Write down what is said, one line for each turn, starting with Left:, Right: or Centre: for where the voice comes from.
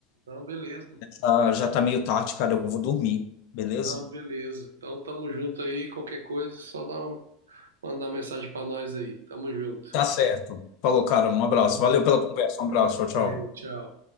Right: Não, beleza.
Left: Ah, já tá meio tarde, cara. Eu vou dormir, beleza?
Right: então beleza. Então tamo junto aí, qualquer coisa, só dá uma, mandar uma mensagem para nós aí. Tamo junto.
Left: Tá certo. Falou, cara. Um abraço.
Right: Um abraço.
Left: Valeu pela conversa. Um abraço. Tchau,
Right: Valeu,
Left: tchau.
Right: tchau.